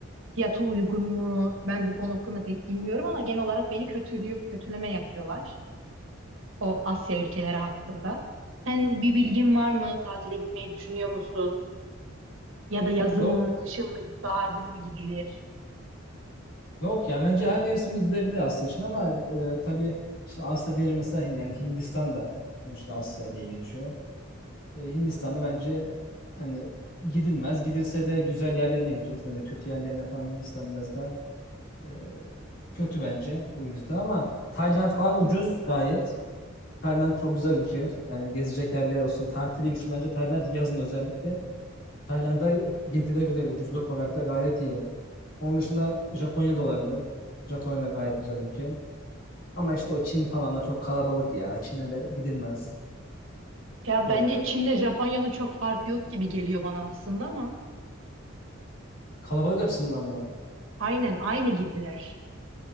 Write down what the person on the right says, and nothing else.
Fiyatı uygun mu? Ben bu konu hakkında pek bilmiyorum ama genel olarak beni kötülüyor, kötüleme yapıyorlar o Asya ülkeleri hakkında. Sen bir bilgin var mı? Tatile gitmeyi düşünüyor musun? Ya da yazın
mı, kışın mı, ilkbahar günü mü gidilir?
Ya
bence Çin'le Japonya'nın çok farkı yok gibi geliyor bana aslında ama
aynen aynı gibiler.